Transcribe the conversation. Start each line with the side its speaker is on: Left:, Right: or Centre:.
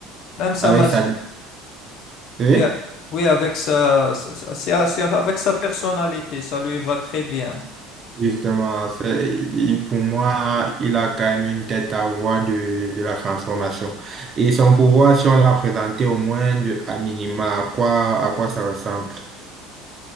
Left: même ça
Right: avec
Left: m'a
Right: sa... Oui
Left: Oui, a- oui, avec sa, sa- sa- c'est a- c'est avec sa personnalité, ça lui va très bien.
Right: Justement, c'est- il- pour moi, il a quand même une tête à voir de, de la transformation. Et son pouvoir, si on l'a présenté au moins de, à minima, à quoi, à quoi ça ressemble?